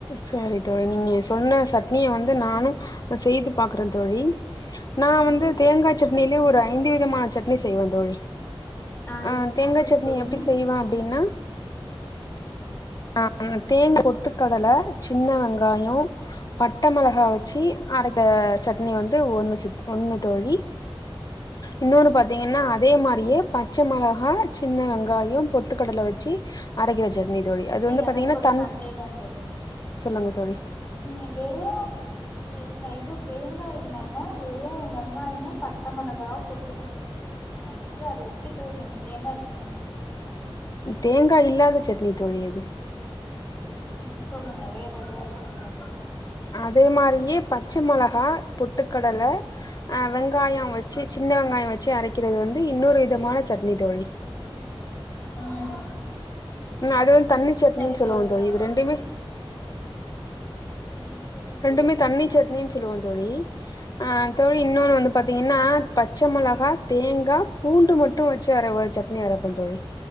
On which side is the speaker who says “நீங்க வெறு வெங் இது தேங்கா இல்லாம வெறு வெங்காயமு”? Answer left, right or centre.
Left